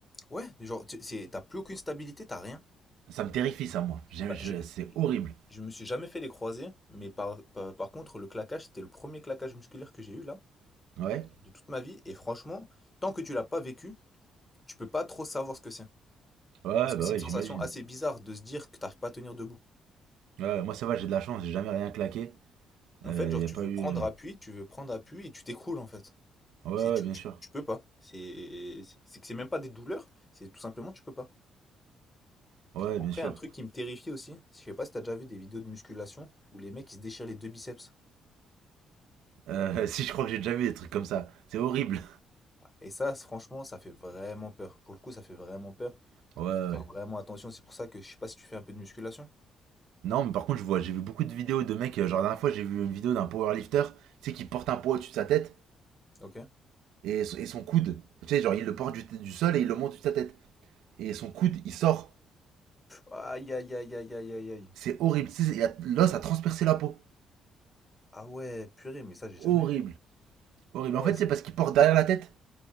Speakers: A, on the left; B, on the right.
A: Ouais, genre, tu- c'est- t'as plus aucune stabilité, t'as rien.
B: Ça me terrifie, ça, moi. J'ai-
A: Bah,
B: je-
A: je-
B: C'est horrible.
A: Je me suis jamais fait les croisés, mais par, par, par contre, le claquage, c'était le premier claquage musculaire que j'ai eu là,
B: Ouais
A: de toute ma vie. Et franchement, tant que tu l'as pas vécu, tu peux pas trop savoir ce que c'est.
B: Ouais,
A: Parce que
B: bah
A: c'est
B: ouais,
A: une sensation
B: j'imagine.
A: assez bizarre de se dire que t'arrives pas à tenir debout.
B: Ouais, moi, ça va, j'ai de la chance, j'ai jamais rien claqué.
A: En
B: Il
A: fait, genre,
B: n'y
A: tu
B: a pas
A: veux
B: eu.
A: prendre
B: euh,
A: appui, tu veux prendre appui et tu t'écroules en fait.
B: Ouais, ouais,
A: C'est, tu,
B: bien
A: tu,
B: sûr.
A: tu peux pas. C'est, c'est que c'est même pas des douleurs, c'est tout simplement tu peux pas.
B: Ouais,
A: Après,
B: bien sûr.
A: un truc qui me terrifiait aussi, je sais pas si t'as déjà vu des vidéos de musculation où les mecs ils se déchirent les deux biceps.
B: Euh, <laughs> si je crois que j'ai déjà vu des trucs comme ça, c'est horrible.
A: Et ça, c- franchement, ça fait vraiment peur. Pour le coup, ça fait vraiment peur.
B: Ouais, ouais.
A: Il faut faire
B: ouais.
A: vraiment attention. C'est pour ça que je sais pas si tu fais un peu de musculation.
B: Non, mais par contre, je vois, j'ai vu beaucoup de vidéos de mecs. euh, Genre, la dernière fois, j'ai vu une vidéo d'un powerlifter, tu sais, qui porte un poids au-dessus de sa tête
A: Ok.
B: et, son- et son coude. Tu sais, genre, il le porte du, du sol et il le monte au-dessus de sa tête. Et son coude, il sort.
A: Aïe, aïe, aïe, aïe, aïe, aïe, aïe.
B: C'est horrible. Tu sais, il a- L'os a transpercé la peau.
A: Ah ouais, purée, mais ça, j'ai
B: Horrible.
A: jamais vu.
B: Horrible.
A: Ah ouais,
B: En fait,
A: c'est...
B: c'est parce qu'il porte derrière la tête.